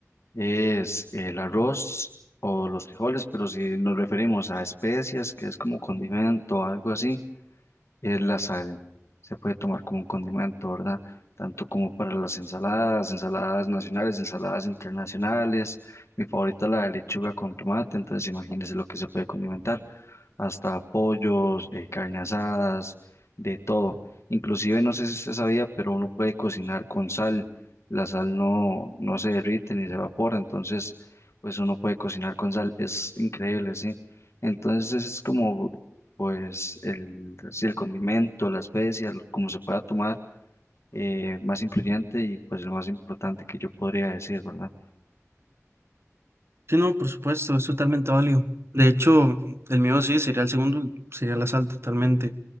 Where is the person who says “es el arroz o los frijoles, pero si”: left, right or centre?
Left